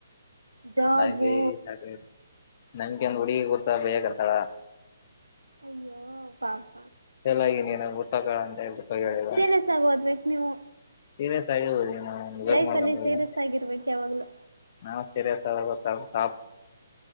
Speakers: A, on the right; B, on the left.
A: ಜಾಬು
B: ನ ಸಾಕ ನನ್ಗೆ ಒಂದ್ ಹುಡಿಗ ಕೂತ ಬೇ <unintelligible>
A: ಅಯ್ಯೋ ಪಾಪ
B: ಸ್ಪೆಷಲ್ ಆಗಿ ನೀನು ಊಟ ಕಂತ ಹೇಳ್ಬಿಟ್ಟು ಹೇಳಿದ
A: ಸೀರಿಯಸ್ ಆಗಿ ಓದ್ಬೇಕು ನೀವು
B: ಸೀರಿಯಸ್ ಆಗಿ ಹ ಮುಗ <unintelligible>
A: ಲೈಫ್ ಅಲ್ಲಿ ಸೀರಿಯಸ್ ಆಗಿರ್ಬೇಕು ಯಾವಾಗ್ಲೂ
B: ನಾವು ಸೀರಿಯಸ್ ಆದ ಗೊ <unintelligible>